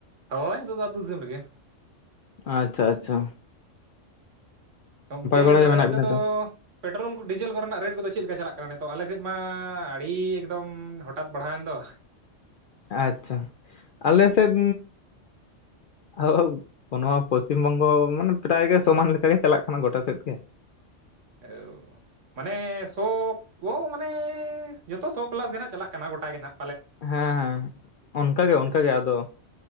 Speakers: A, on the right (about 75°); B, on the left (about 65°).
A: ᱦᱚᱭ, ᱱᱤᱛᱚᱜ ᱫᱚ ᱫᱤᱥᱚᱢ ᱨᱮᱜᱮ᱾
B: ᱟᱪᱪᱷᱟ ᱟᱪᱪᱷᱟ ᱟᱪᱪᱷᱟ
A: ᱜᱚᱝᱠᱮ
B: ᱵᱟᱲᱟ
A: ᱛᱟᱦᱚᱞᱮ
B: ᱜᱮ ᱢᱮᱱᱟᱜ
A: ᱚᱱᱛᱮ
B: ᱵᱤᱱᱟ
A: ᱫᱚ
B: ᱛᱚ
A: ᱯᱮᱴᱨᱳᱞᱼᱠᱚ ᱰᱤᱡᱮᱞ ᱠᱚᱨᱮ ᱱᱟᱜ ᱨᱮᱴ ᱠᱚᱫᱚ ᱪᱮᱫ ᱞᱮᱠᱟ ᱪᱟᱞᱟᱜ ᱠᱟᱱᱟ? ᱱᱤᱛᱚᱜ ᱟᱞᱮ ᱥᱮᱫ ᱢᱟ ᱟᱹᱰᱤ ᱮᱠᱫᱚᱢ ᱦᱚᱴᱟᱛ ᱵᱟᱲᱦᱟᱣᱮᱱ ᱫᱚ᱾
B: ᱟᱪᱪᱷᱟ, ᱟᱞᱮ ᱥᱮᱫ ᱟᱣᱼᱦᱩ ᱯᱚᱥᱪᱤᱢ ᱵᱚᱝᱜᱚ ᱢᱟᱱᱮ ᱯᱨᱟᱭᱜ ᱜᱮ ᱥᱚᱢᱟᱱ ᱞᱮᱠᱟᱜᱮ ᱪᱟᱞᱟᱜ ᱠᱟᱱᱟ ᱜᱚᱴᱟ ᱥᱮᱫ ᱜᱮ᱾
A: <unintelligible> ᱢᱟᱱᱮ ᱥᱚ ᱠᱚ ᱢᱟᱱᱮ ᱡᱚᱛᱚ ᱥᱚ ᱯᱮᱞᱟᱥ ᱜᱮ ᱱᱟᱦᱜ ᱪᱟᱞᱟᱜ ᱠᱟᱱᱟ ᱜᱚᱴᱟ ᱜᱮ ᱱᱟᱦᱜ᱾
B: ᱦᱮᱸ ᱦᱮᱸ ᱚᱱᱠᱟᱜᱮ ᱚᱱᱠᱟᱜᱮ ᱟᱫᱚ